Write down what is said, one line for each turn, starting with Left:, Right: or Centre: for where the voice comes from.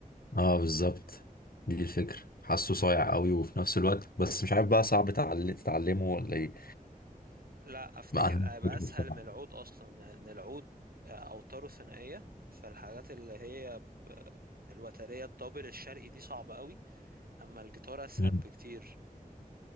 Left: اه بالظبط دي الفكرة حاسه صايع قوي وفي نفس الوقت بس مش عارف بقى صعب تعل- تتعلمه ولا ايه
Right: لا افتكر
Left: ما انا مش
Right: هيبقى
Left: فاكر
Right: اسهل
Left: بصراحة
Right: من العود اصلا لان العود آه، اوتاره ثنائية فالحاجات اللي هي ب- الوترية الدبل الشرقي دي صعبة قوي اما الجيتار اسهل
Left: مم.
Right: بكتير